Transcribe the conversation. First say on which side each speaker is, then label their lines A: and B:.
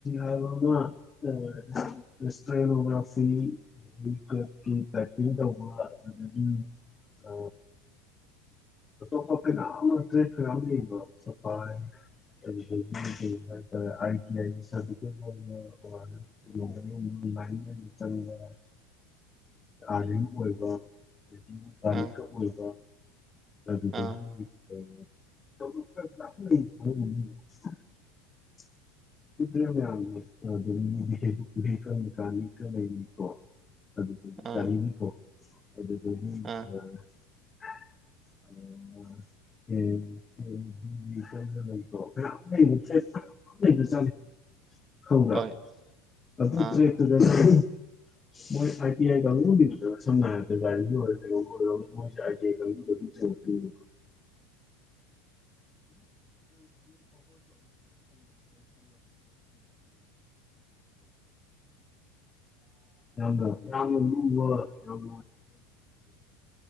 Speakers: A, on the left; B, on the right.
A: <unintelligible> ꯗꯨꯒꯤ <unintelligible> ꯇꯧꯕ ꯑꯗꯨꯗꯒꯤ ꯑ <unintelligible> ꯑꯗꯨꯗꯒꯤ ꯀꯩ ꯍꯥꯏꯇꯥꯔꯦ <unintelligible> ꯁꯔꯇꯤꯐꯤꯀꯦꯠ ꯑꯣꯟꯕꯥ ꯑꯣꯔ <unintelligible> <unintelligible>
B: ꯑꯥ
A: <unintelligible>
B: ꯑꯥ
A: <unintelligible> <unintelligible> <unintelligible>
B: ꯑꯥ ꯑꯥ
A: <unintelligible> <unintelligible> <unintelligible>
B: ꯍꯣꯏ ꯑꯥ
A: <unintelligible> <unintelligible> <unintelligible> <unintelligible> ꯌꯥꯝꯅ ꯂꯨꯕ ꯌꯥꯝ